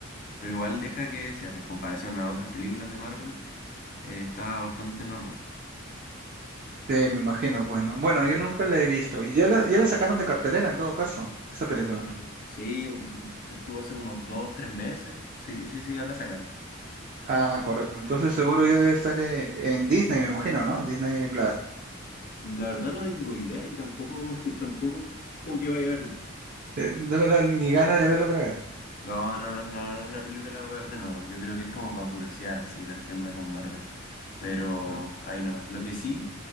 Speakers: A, on the left; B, on the right.
A: Pero igual deja que desear, en comparación a otras películas de Marvel, eh, está bastante normal.
B: Sí, me imagino, pues, no. Bueno, yo nunca la he visto. Y ya la, ya la sacaron de cartelera en todo caso, esa película.
A: Y sí, u- estuvo hace unos dos, tres meses. Sí, sí, sí, ya la sacaron.
B: Ah, correcto. Entonces seguro ya debe estar eh, en Disney, me imagino, ¿no? Disney Plus.
A: La verdad no tengo idea y tampoco, <laughs> tampoco como que vaya a verla.
B: Eh, De verdad, ni ganas de verla otra vez.
A: No, no, no, no, no es una película para ver de nuevo. Yo creo que es como para curiosear, así, ver qué onda con Marvel. Pero
B: Mm,
A: ahí nomás. Lo que sí,